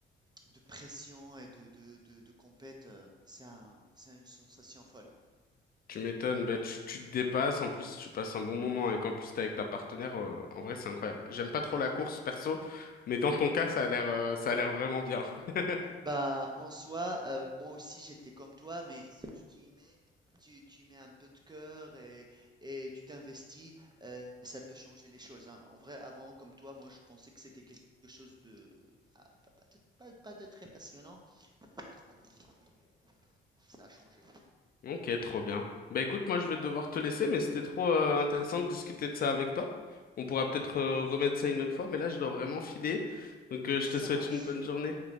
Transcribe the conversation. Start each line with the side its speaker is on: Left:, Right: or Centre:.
Right: de pression et de de de de compète, heu, c'est un c'est une sensation folle.
Left: Tu m'étonnes, bah, tu, tu te dépasses, en plus tu passes un bon moment et qu'en plus t'es avec ta partenaire, euh, en vrai c'est incroyable. J'aime pas trop la
Right: Ouais.
Left: course perso, mais dans ton cas ça a l'air euh, ça a l'air vraiment bien. <laughs>
Right: Bah, en soi, heu, moi aussi j'étais comme toi, mais si tu t'y mets, tu tu mets un peu de cœur et et tu t'investis, heu, ça peut changer les choses, hein. En vrai, avant, comme toi, moi je pensais que c'était quelque chose de ah, pas pas de pas pas de très passionnant, puis, heu, ça a changé.
Left: Ok, trop bien. Bah écoute, moi je vais devoir te laisser, mais c'était trop euh, intéressant de discuter de ça avec toi. On pourra peut-être euh, remettre ça une autre fois, mais là je dois vraiment filer. Donc euh, je
Right: Ça
Left: te souhaite
Right: marche.
Left: une bonne journée.